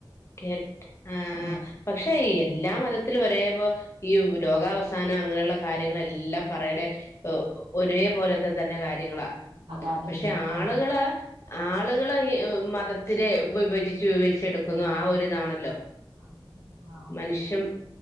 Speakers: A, on the left; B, on the right.
A: <unintelligible> ആ
B: ഉം
A: പക്ഷെ ഈ എല്ലാ മതത്തിലും ഒരേപോ ഈ ലോകാവസാനം അങ്ങനെയുള്ള കാര്യങ്ങളെല്ലാം പറയണെ ഏഹ് ഒരേ പോലത്തെ തന്നെ കാര്യങ്ങളാ
B: അതാ അതന്നെ
A: പഷേ
B: ആ
A: ആളുകള് ആളുകൾ മതത്തിനെ വിഭജിച്ച് വിഭജിച്ചെടുക്കുന്നു ആ ഒരിതാണല്ലോ
B: ആ
A: മനുഷം